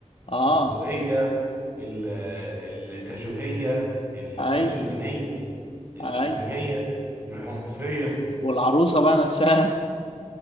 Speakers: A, on the left (about 50°); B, on the right (about 20°).
A: اه
B: البندقية ال- الكاجوهية الفول
A: اي
B: السودانية السمسمية
A: اي
B: الحمصية
A: والعروسه بقى نفسها